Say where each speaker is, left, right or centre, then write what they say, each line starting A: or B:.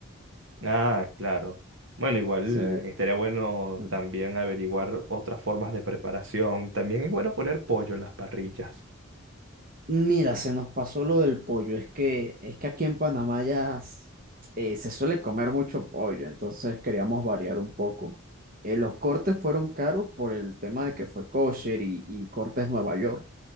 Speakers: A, on the right (about 70°); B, on the right (about 45°).
A: Ah, claro. Bueno, igual
B: Sí.
A: estaría bueno
B: Mm.
A: también averiguar otras formas de preparación. También es bueno poner pollo en las parrillas.
B: Mira, se nos pasó lo del pollo. Es que, es que aquí en Panamá ya s- eh, se suele comer mucho pollo, entonces queríamos variar un poco. Eh, los cortes fueron caros por el tema de que fue kosher y, y cortes Nueva York.